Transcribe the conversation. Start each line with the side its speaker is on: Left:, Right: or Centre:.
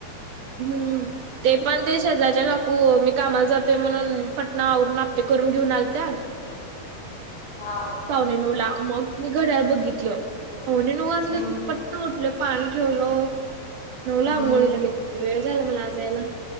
Right: हम्म ते पण ते शेजारच्या काकू मी कामाला जातोय म्हणून, पटना आवरून आप्पे करून घेऊन आल त्या.
Left: हां.
Right: पावणे नऊला मग मी घड्याळ बघितलं पावणे नऊ वाजल्यात?
Left: हम्म
Right: पटन उठले पाणी ठेवलं नव्हलं
Left: हम्म
Right: आंघोळीला गेली वेळ झाला मला आज यायला.